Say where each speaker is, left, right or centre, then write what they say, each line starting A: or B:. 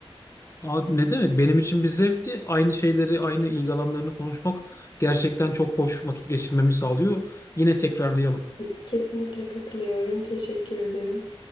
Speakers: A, on the left; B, on the left.
A: Aa, ne demek? Benim için bir zevkti. Aynı şeyleri, aynı ilgi alanlarını konuşmak gerçekten çok hoş vakit geçirmemi sağlıyor. Yine tekrarlayalım.
B: Kes- Kesinlikle katılıyorum. Teşekkür ederim.